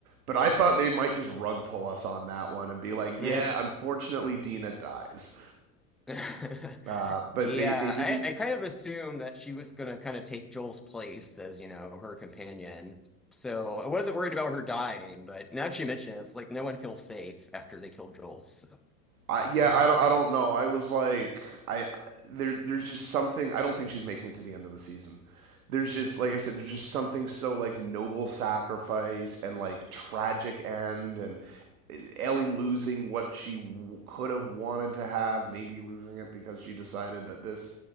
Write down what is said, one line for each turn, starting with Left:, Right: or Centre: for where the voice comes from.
Right: But I thought they might just rug pull us on that one and be like, "Yeah,
Centre: Eh.
Right: unfortunately, Dina dies."
Centre: <laughs>
Right: Uh, but
Centre: Yeah,
Right: they they didn't
Centre: I, I kind of assumed that she was gonna kind of take Joel's place as, you know, her companion. So I wasn't worried about her dying, but now that you mention it, it's like no one feels safe after they killed Joel. So
Right: I, yeah, I don't, I don't know. I was like, I there, there's just something. I don't think she's making it to the end of the season. There's just, like I said, there's just something so like noble sacrifice and like tragic end and eh, Ellie losing what she w- could have wanted to have, maybe losing it because she decided that this